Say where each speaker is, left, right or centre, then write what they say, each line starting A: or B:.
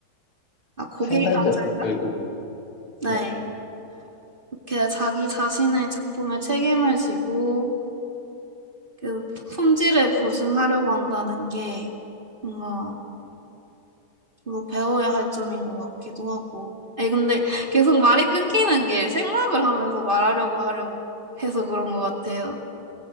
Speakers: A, on the right (about 25°); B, on the left (about 85°).
A: 아, 고객의
B: 생산자죠,
A: 관점인가?
B: 결국은.
A: 네.
B: 네.
A: 이렇게 자기 자신의 작품에 책임을 지고 그 품질을 보증하려고 한다는 게 뭔가 이거 배워야 할 점인 것 같기도 하고. 아니, 근데 계속 말이 끊기는 게 생각을 하면서 말하려고 하려고 해서 그런 것 같아요.